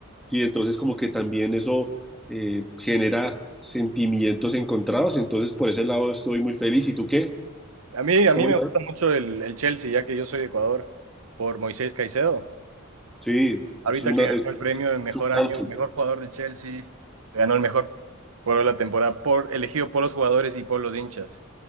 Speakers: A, in the centre; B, on the right (about 80°).
A: y entonces como que también eso eh, genera sentimientos encontrados, entonces por ese lado estoy muy feliz. ¿Y tú qué?
B: A mí, a
A: ¿Cómo
B: mí me
A: la
B: gusta
A: ves?
B: mucho el, el Chelsea, ya que yo soy de Ecuador, por Moisés Caicedo.
A: Sí,
B: Ahorita
A: es una,
B: que ganó
A: es
B: el premio de mejor
A: un tanque,
B: año, mejor jugador del Chelsea, ganó el mejor jugador de la temporada, por, elegido por los jugadores y por los hinchas.